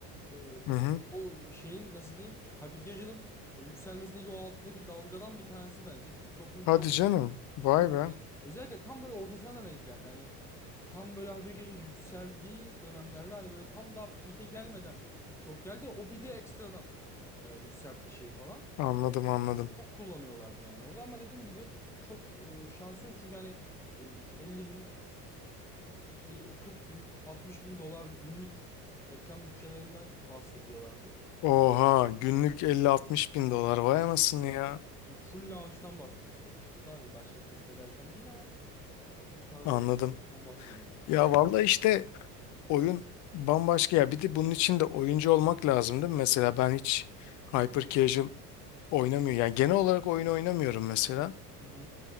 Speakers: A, in the centre; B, on the left.
A: e,
B: Hı hı.
A: o şeyin nasıl diyeyim hypercasual'ın yükselmesindeki o altındaki dalgadan bir tanesi bence. TikTok'un
B: Hadi
A: çok
B: canım. Vay
A: tabii ki
B: be.
A: yani özellikle tam böyle ortasına da denk geldi. Hani tam böyle haber gece yükseldiği dönemlerde hani böyle tam daha peak'e gelmeden TikTok geldi. O bir de ekstradan e, yükseltti şeyi falan.
B: Anladım anladım.
A: Çok kullanıyorlardı yani orada ama dediğim gibi çok e, şansı yok. Çünkü hani e, 50 bin, o o 40 bin, 60 bin dolar günlük reklam bütçelerinden bahsediyorlardı.
B: Oha günlük elli 60 bin dolar vay anasını ya.
A: Ya full launch'tan bahsediyoruz tabii ki burada. Hani başka test ederken değil ama e, bu tarz
B: Anladım.
A: reklam bütçelerinden bahsediyorlardı yani.
B: Ya vallahi işte oyun bambaşka ya. Bir de bunun için de oyuncu olmak lazım değil mi? Mesela ben hiç hyper casual oynamıyorum. Yani genel olarak oyun oynamıyorum mesela.
A: Hı hı.